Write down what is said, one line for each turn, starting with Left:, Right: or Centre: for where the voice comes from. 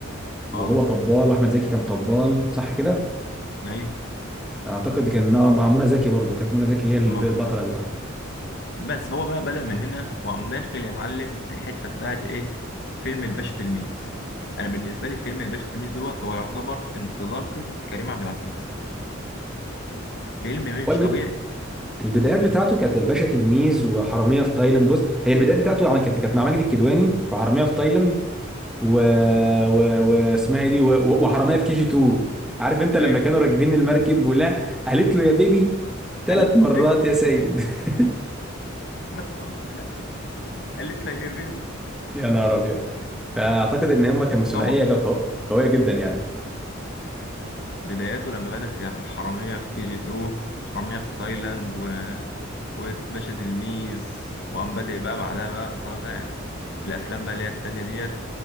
Centre: وهو
Left: اه
Centre: طبال واحمد زكي كان طبال صح كده
Left: ايوه
Centre: اعتقد كان مع مع منى زكي برضو كانت منى زكي هي الب-
Left: كان مع أحمد
Centre: البطله
Left: زكي.
Centre: اللي معاه
Left: بس هو بقى بدأ من هنا وقام داخل يا معلم الحته بتاعت ايه فيلم الباشا تلميذ انا بالنسبه لي فيلم الباشا تلميذ دوت هو يعتبر انطلاقه كريم عبد العزيز فيلم
Centre: والب...
Left: مش طبيعي
Centre: البدايات بتاعته كانت الباشا تلميذ وحراميه في تايلاند بص هي البدايات بتاعته عم- كانت كانت مع ماجد الكدواني في حراميه في تايلاند
Left: ايوه
Centre: و... و... واسمها ايه دي و... و- وحرامية في كي جي 2 عارف انت لما
Left: ايوه
Centre: كانوا راكبين المركب ولا قالت له يا بيبي ثلاث
Left: قال لا،
Centre: مرات
Left: يا حبيبي
Centre: يا سيد <laughs>
Left: مثلا يعني قالت لي يا بيبي
Centre: يا نهار ابيض فاعتقد ان هم كانوا ثنائيه
Left: هو ب-
Centre: قو- قويه جدا يعني
Left: بداياته لما بدأ في حرامية في كي جي 2 حرامية في تايلاند و... وباشا تلميذ وقام بادئ بقى بعدها بقى طالع الأفلام بقى اللي هي التانية ديت